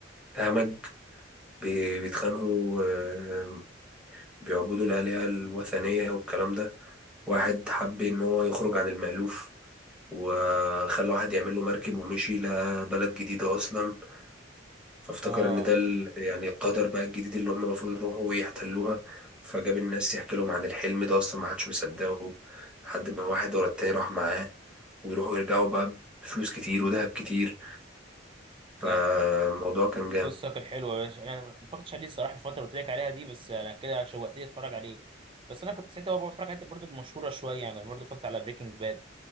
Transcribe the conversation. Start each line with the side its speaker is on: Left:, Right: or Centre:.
Centre: همج بي- بيتخانقوا آه، بيعبدوا الآلهة الوثنية والكلام ده واحد حب إن هو يخرج عن المألوف وخلى واحد يعمل له مركب ومشي لقى بلد جديدة أصلا فافتكر
Right: اه
Centre: إن ده ال- يعني القدر بقى الجديد اللي هم المفروض يروحوا ويحتلوها فجاب الناس يحكي لهم عن الحلم ده أصلا ما حدش مصدقه لحد ما واحد ورا التاني راح معاه ويروحوا يرجعوا بقى بفلوس كتير وذهب كتير فالموضوع
Right: لا
Centre: كان جامد
Right: قصه كانت حلوه يا باشا انا ما فكرتش عليه الصراحه الفتره اللي قلت لك عليها دي بس انا كده شوقتني اتفرج عليه بس انا كنت ساعتها بقى بتفرج على الحاجات برضه المشهوره شويه يعني برضه فكرت على بريكنج باد